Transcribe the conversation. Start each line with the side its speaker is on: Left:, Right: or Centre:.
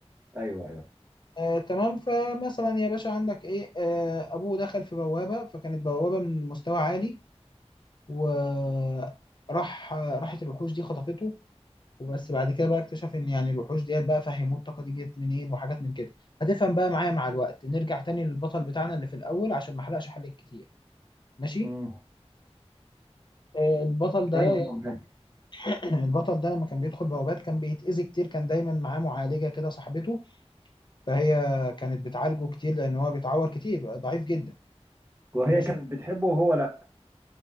Right: ايوه ايوه
Left: آه تمام فمثلا يا باشا عندك ايه آه ابوه دخل في بوابة فكانت بوابة من مستوى عالي وراح راحت الوحوش دي خطفته وبس بعد كده بقى اكتشف ان يعني الوحوش ديت بقى فهموه الطاقة دي جت منين وحاجات من كده هتفهم بقى معايا مع الوقت نرجع تاني للبطل بتاعنا اللي في الاول عشان ما احرقش حلقة كتير ماشي
Right: امم
Left: آه البطل ده
Right: ايوه ايوه معاك
Left: <clears throat> البطل ده لما كان بيدخل بوابات كان بيتأذي كتير كان دايما معاه معالجة كده صاحبته فهي كانت بتعالجه كتير لان هو بيتعور كتير ضعيف جدا
Right: وهي
Left: ماشي
Right: كانت بتحبه وهو لا